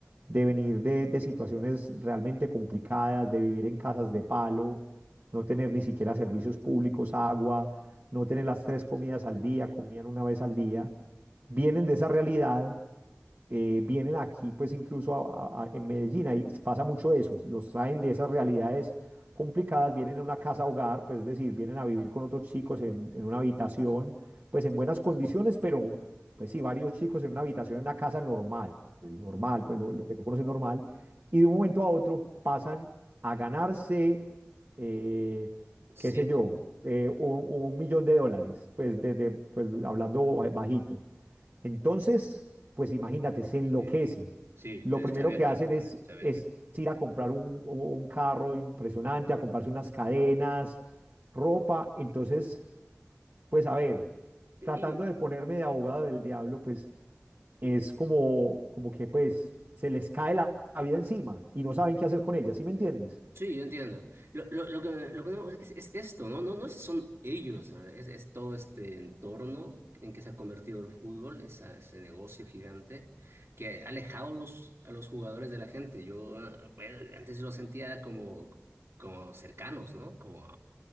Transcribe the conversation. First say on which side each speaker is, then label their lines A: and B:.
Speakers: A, on the right; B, on the right.
A: de venir de, de situaciones realmente complicadas, de vivir en casas de palo, no tener ni siquiera servicios públicos, agua, no tener las tres comidas al día, comían una vez al día, vienen de esa realidad eh, vienen aquí, pues incluso a- a- a- en Medellín, ahí pasa mucho eso, los traen de esas realidades complicadas, vienen a una casa hogar, pues es decir, vienen a vivir con otros chicos en, en una habitación, pues en buenas condiciones, pero pues sí, varios chicos en una habitación, en una casa normal, normal, pues lo, lo que tú conoces normal, y de un momento a otro pasan a ganarse, eh,
B: sí,
A: qué sé yo,
B: bu-
A: eh, un, un millón de dólares, pues desde, pues hablando bajito entonces, pues imagínate, se enloquecen.
B: sí, sí,
A: Lo
B: te-
A: primero
B: chaveta,
A: que hacen es,
B: te- chaveta.
A: es ir a comprar un, un carro impresionante, a comprarse unas cadenas, ropa. Entonces, pues a ver,
B: Sí.
A: tratando de ponerme de abogado del diablo, pues es como, como que pues se les cae la, la vida encima y no saben qué hacer con ella, ¿sí me entiendes?
B: Sí, yo entiendo. Lo, lo, lo que, lo que no- es, es esto, ¿no? No, no es- son ellos, ¿no? Es, es todo este entorno en que se ha convertido el fútbol, esa, ese negocio gigante que ha alejado los, a los jugadores de la gente. Yo, ah, bueno, antes lo sentía como, como cercanos, ¿no? Como